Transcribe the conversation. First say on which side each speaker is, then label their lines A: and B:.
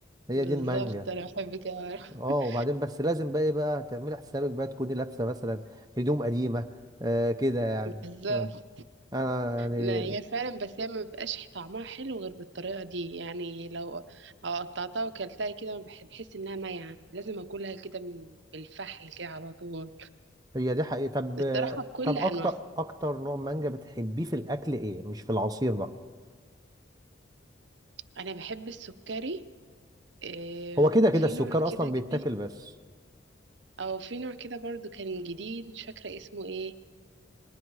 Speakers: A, on the right; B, on the right.
A: هي
B: بالظبط
A: دي المانجا
B: انا بحب كده
A: اه
B: <laughs>
A: وبعدين بس لازم بقى ايه بقى تعملي حسابك بقى تكوني لابسه مثلا هدوم قديمه آه كده يعني
B: بالظبط
A: آه. انا يعني
B: لا هي فعلا بس هي ما بيبقاش طعمها حلو غير بالطريقه دي يعني لو لو قطعتها وكلتها كده بح- بحس انها مايعه لازم اكلها كده من الفحل كده على طول
A: هي دي حقيقه طب
B: الصراحه بكل
A: طب اكتر
B: انواعها
A: اكتر نوع مانجا بتحبيه في الاكل ايه مش في العصير بقى
B: انا بحب السكري إيه
A: هو كده
B: وفي
A: كده السكر
B: نوع كده
A: اصلا بيتاكل
B: جديد
A: بس
B: او في نوع كده برضو كان جديد مش فاكره اسمه ايه